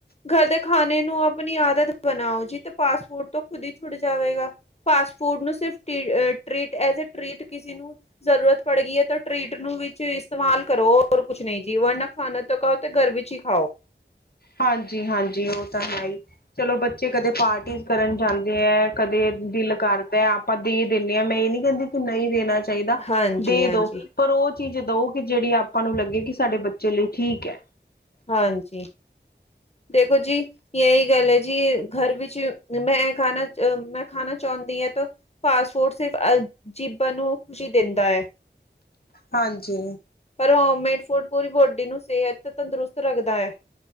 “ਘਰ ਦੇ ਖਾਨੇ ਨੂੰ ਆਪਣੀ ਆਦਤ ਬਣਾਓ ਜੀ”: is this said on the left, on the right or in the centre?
Left